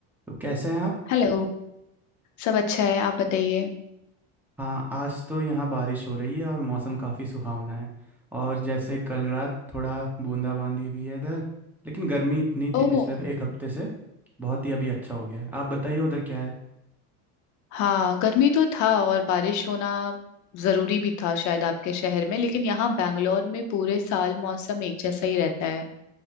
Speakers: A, in the centre; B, on the left.
A: तो कैसे हैं आप
B: Hello सब अच्छा है आप बताइए
A: हाँ आज तो यहाँ बारिश हो रही है और मौसम काफ़ी सुहावना है और जैसे कल रात थोड़ा बूंदाबांदी भी है इधर लेकिन गर्मी इतनी
B: ओह
A: थी पिछले एक हफ्ते से बहुत ही अभी अच्छा हो गया है आप बताइए उधर क्या है
B: हाँ गर्मी तो था और बारिश होना जरूरी भी था शायद आपके शहर में लेकिन यहाँ बैंगलोर में पूरे साल मौसम एक जैसा ही रहता है